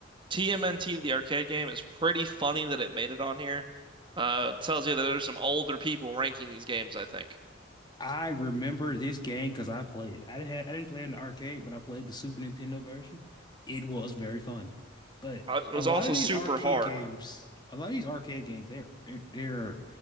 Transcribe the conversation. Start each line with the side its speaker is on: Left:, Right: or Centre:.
Right: TMNT, the arcade game, is pretty funny that it made it on here. Uh, it tells you that there's some older people ranking these games, I think.
Left: I remember this game because I played it. I didn't have, I didn't play it in the arcade, but I played the Super Nintendo version. It was very fun. But
Right: Uh, it
Left: a
Right: was
Left: lot
Right: also
Left: of these
Right: super
Left: arcade
Right: hard.
Left: games, a lot of these arcade games, they're they're